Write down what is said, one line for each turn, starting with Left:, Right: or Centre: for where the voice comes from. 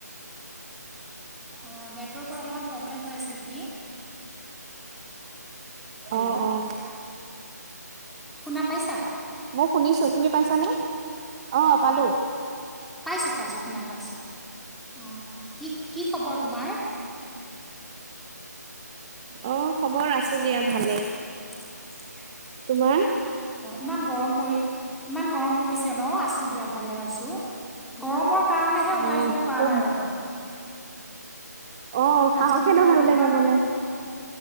Centre: অ নেটৱৰ্কৰ অলপমান প্ৰব্লেম হৈ আছে নেকি হেল্ল'
Right: অ অ
Centre: শুনা পাইছা
Right: মই শুনিছো তুমি পাইছানে অ পালো
Centre: পাইছো পাইছো শুনা পাইছো অ কি কি খবৰ তোমাৰ
Right: অহ খবৰ আছো দিয়া ভালে
Centre: আ ভালে
Right: তোমাৰ
Centre: ইমান গৰম পৰি ইমান গৰম পৰিছে ন আছো দিয়া ভালে আছো গৰমৰ কাৰণেহে
Right: অ'
Centre: ওলাই যাব পৰা
Right: খুব
Centre: নাই ৰবা
Right: অ সাহসে
Centre: আজি বোলো
Right: নহয়
Centre: ৰবিবাৰ
Right: ওলাই যাবলে
Centre: ৰবি